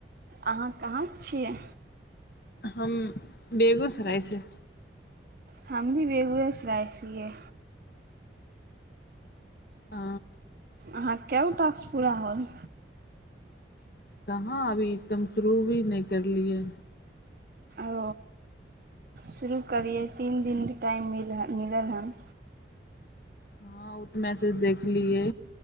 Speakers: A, on the right; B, on the left.
A: अहाँ कहाँसँ छियै।
B: हम बेगूसराय से।
A: हम भी बेगूस जाइ छिय।
B: आ।
A: अहाँके कए गो टास्क पूरा होल।
B: कहाँ अभी एकदम शुरू भी नहि। करलिय।
A: ओ शुरू करियै तीन दिनके टाइम मिलल हन
B: हँ ओ तऽ मैसेज देखलियै।